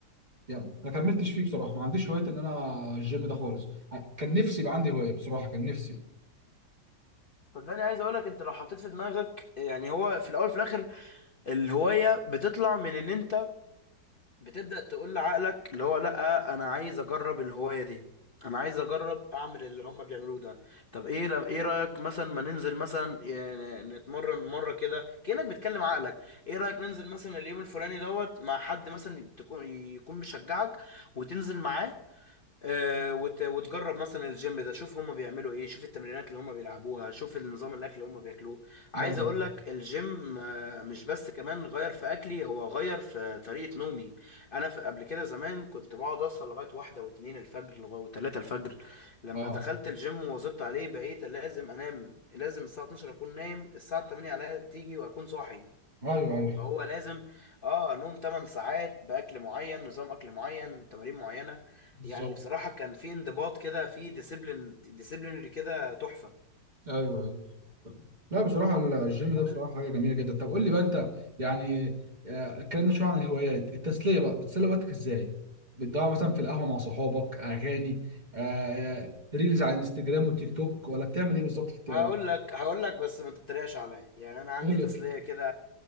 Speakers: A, on the right; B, on the left.
A: يعني ما كملتش فيه بصراحة ما عنديش هواية إن أنا الجيم ده خالص كان نفسي يبقى عندي هواية بصراحة كان نفسي
B: صدقني عايز اقولك انت لو حطيت في دماغك يعني هو في الاول وفي الاخر الهواية بتطلع من ان انت بتبدأ تقول لعقلك اللي هو لا انا عايز اجرب الهواية دي انا عايز اجرب اعمل اللي هم بيعملوه ده طب ايه لو ايه رأيك مثلا ما ننزل مثلا يعني نتمرن مرة كده كأنك بتكلم عقلك ايه رأيك ننزل مثلا اليوم الفلاني دوت مع حد مثلا تكون يكون مشجعك وتنزل معاه آه، وت- وتجرب مثلا الجيم ده شوف هما بيعملوا ايه شوف التمرينات اللي هما بيلعبوها شوف النظام الاكل اللي هما بياكلوه عايز
A: ايوه
B: اقول لك الجيم آه، مش بس كمان غير في اكلي هو غير في طريقة نومي انا في قبل كده زمان كنت بقعد اوصل لغاية واحدة واتنين الفجر لغاية وتلاتة الفجر لما
A: اه
B: دخلت الجيم وواظبت عليه بقيت لازم انام لازم الساعة 12 اكون نايم الساعة 8 عليا تيجي واكون صاحي
A: ايوه ايوه
B: فهو لازم اه نوم 8 ساعات باكل معين نظام اكل معين تمارين معينه
A: بالظبط
B: يعني بصراحه كان في انضباط كده في ديسيبلين ديسيبلينري كده تحفه
A: ايوه ايوه لا بصراحه الجيم ده
B: طب
A: بصراحه
B: أنت-
A: حاجه جميله جدا طب قول لي بقى انت يعني آه، اتكلمنا شويه عن الهوايات التسليه بقى بتسلي وقتك ازاي بتضيع مثلا في القهوه مع صحابك اغاني آه، ريلز على الانستجرام والتيك توك ولا بتعمل ايه بالظبط في الت-
B: هقول لك هقول لك بس ما تتريقش عليا يعني انا عندي
A: قول لي
B: تسليه كده